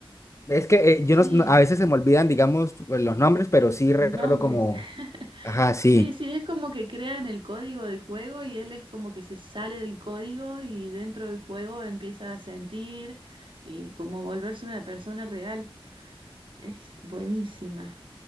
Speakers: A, on the left; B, on the right.
A: Es que eh, yo
B: Sí,
A: no, s- no- a veces se me olvidan, digamos, pues, los nombres, pero sí
B: los
A: recuerdo
B: nombres.
A: como,
B: <laughs>
A: ajá, sí,
B: Sí, sí, es como que crean el código del juego y él es como que se sale del código y dentro del juego empieza a sentir y como volverse una persona real. Es buenísima.